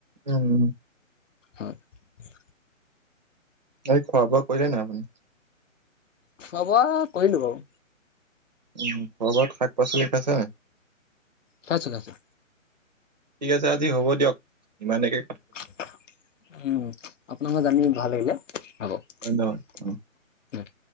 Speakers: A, on the right; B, on the left.
A: উম।
B: আৰু
A: এই খোৱা বোৱা কৰিলে নাই আপুনি?
B: খুৱা বোৱা কৰিলোঁ বাৰো।
A: উ ঘৰবত শাক পাচলি আছে?
B: পাইছোঁ পাইছোঁ।
A: ঠিক আছে আজি হ'ব দিয়ক ইমানেকে
B: উম আপোনালোকৰ জানি ভাল লাগিলে হব। উম।
A: ধন্যবাদ।